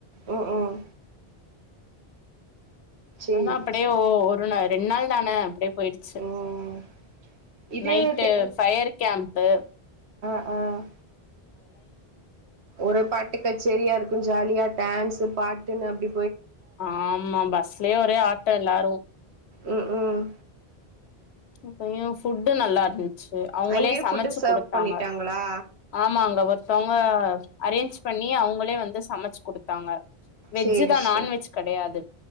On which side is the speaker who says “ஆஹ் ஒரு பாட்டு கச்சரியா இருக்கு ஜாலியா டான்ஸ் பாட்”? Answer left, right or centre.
Right